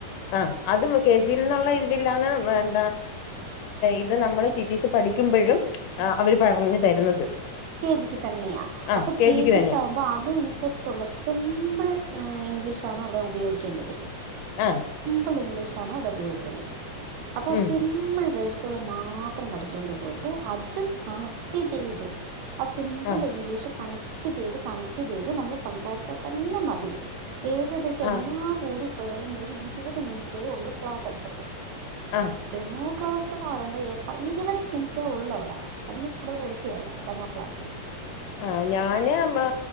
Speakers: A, on the left; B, on the right.
A: ആഹ് അത് കെ ജി യിൽ നിന്നുള്ള ഒരിതിലാണ് എന്താ ഇത് നമ്മള് ടി ടി സി പഠിക്കുമ്പഴും അവര് പറഞ്ഞ് തരുന്നത്
B: കെ ജിക്ക് തന്നെയാ.
A: ആഹ്
B: അപ്പൊ കെ
A: ജിക്ക്
B: ജി
A: തന്നെയാ
B: ക്ക്‌ ആകുമ്പോ അതനുസരിച്ചുള്ള സിമ്പിൾ ഇംഗ്ലീ--‌ ഇംഗ്ലീഷാണ് അവടെ ഉപയോഗിക്കേണ്ടത്
A: ആഹ്
B: <unintelligible> ഇംഗ്ലീഷാണ് അവിടെ ഉപയോഗിക്കേണ്ടത് അപ്പൊ
A: ഉം
B: സിമ്പിൾ വേഡ്സ് കള് മാത്രം പഠിച്ചോണ്ട് പോയിട്ട് അത് കണക്ട് ചെയ്ത് ആ സിമ്പിൾ
A: ആഹ്
B: ഇംഗ്ലീഷ് കണക് കണക്ട് ചെയ്ത് കണക്ട് ചെയ്ത് നമ്മള് സംസാരിച്ചാ തന്നെ മതി ഏകദേശം
A: ആഹ്
B: എന്നാ വോഡ് പോയാലും നേരി ഇരുപത് മിനുറ്റേ ഉള്ളൂ ക്ലാസ്സെടുക്കത്തുള്ളൂ
A: ആഹ്
B: ഡെമോ ക്ലാസ്സ്‌ എന്ന് പറയുമ്പോ എ പ ഇരുപത് മിനിറ്റേ ഉള്ളൂ അവടെ അതിൽ കൂടുതൽ എടുക്കുകേല ഡെമോ ക്ലാസ്സ്‌
A: ആഹ് ഞാന് മ്